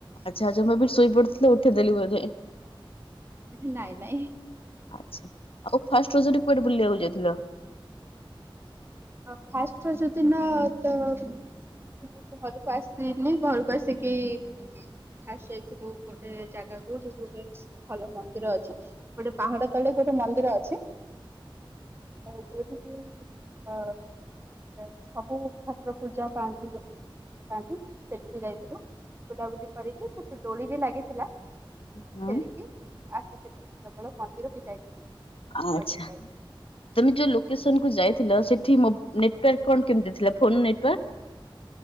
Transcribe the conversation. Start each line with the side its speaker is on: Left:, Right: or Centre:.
Left: ଆଚ୍ଛା ଆଚ୍ଛା ମୁଁ ଭାବିଲି ଶୋଇ ପଡୁଥିଲ ଉଠେଇ ଦେଲି ବୋଧେ।
Right: ଆରେ ନାଇଁ ନାଇଁ।
Left: ଆଚ୍ଛା ଆଉ ଫାଷ୍ଟ ରଜ ରେ କୁଆଡେ ବୁଲିବାକୁ ଯାଇଥିଲ।
Right: ଆଉ ଫାଷ୍ଟ ରଜ ଦିନ ତ। ମୁଁ ଯେହେତୁ ଘରକୁ ଆସିଥିଲି ଘରକୁ ଆସିକି। ଫାଷ୍ଟ ଯାଇଥିଲୁ ଗୋଟେ ଜାଗା କୁ ଯୋଉଠି ଗୋଟେ ଭଲ ମନ୍ଦିର ଅଛି ଗୋଟେ ପାହାଡ ତଳେ ଗୋଟେ ମନ୍ଦିର ଅଛି। ଆଉ ଯୋଉଠ କିି। ଅ ମାନେ ସବୁ ଠାକୁର ପୂଜା ପାଆନ୍ତିି। ପାଆନ୍ତି ସେଠିକି ଯାଇଥିଲୁ ବୁଲାବୁଲି କରିକି ସେଠି ଦୋଳି ବି ଲାଗିଥିଲା।
Left: ହଁ।
Right: ଖେଳିକି ଆସିଥିଲୁ କେବଳ ମନ୍ଦିର ବି ଯାଇଥିଲି। ଆଉ
Left: ଆଚ୍ଛା।
Right: କୁଆଡେ ବି ଯାଇନି
Left: ତମେ ଯୋଉ ଲୋକେସନ କୁ ଯାଇଥିଲ ସେଠି ମୋବ ନେଟୱାର୍କ କଣ କେମିତି ଥିଲା ଫୋନ ନେଟୱାର୍କ?